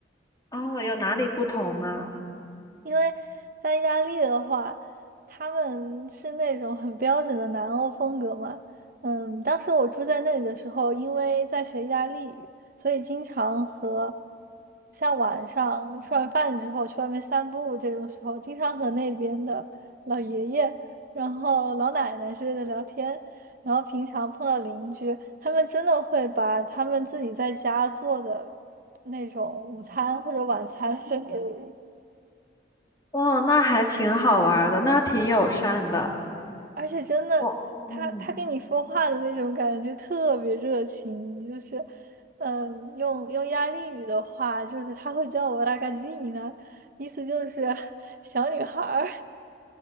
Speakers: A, on the left; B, on the right.
A: 哦，有哪里不同呢？
B: 因为在意大利的话，他们是那种很标准的南欧风格嘛。嗯，当时我住在那里的时候，因为在学意大利语，所以经常和像晚上吃完饭之后去外面散步这种时候，经常和那边的老爷爷、然后老奶奶之类的聊天。然后平常碰到邻居，他们真的会把他们自己在家做的那种午餐或者晚餐分给我。
A: 哦，那还挺好玩儿的，那挺友善的。
B: 而且真的，
A: 哦，
B: 他他跟你说话的那种感觉特别热情，
A: 嗯，
B: 就是，嗯，用用意大利语的话，就是他会叫我拉 a g a z 意思就是 <laughs> 小女孩儿。